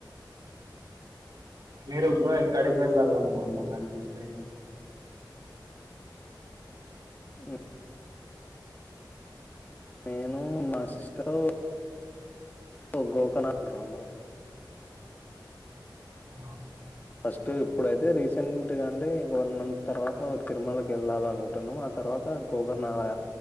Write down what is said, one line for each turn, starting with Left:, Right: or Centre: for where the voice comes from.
Right: మీరు బ్రో ఎక్కడికి వెళ్ళాలి అనుకుంటున్నారు నెక్స్ట్ టైం
Left: మ్ నేను మాసి సిస్టరు ఓ గోకర్ణ అంటున్నారు అందరూ
Right: ఆ
Left: ఫస్ట్ ఇప్పుడైతే రీసెంట్గా అంటే వన్ మంత్ తర్వాత తిరుమలకి వెళ్ళాలినుకుంటున్నాం ఆ తర్వాత గోకర్ణ అల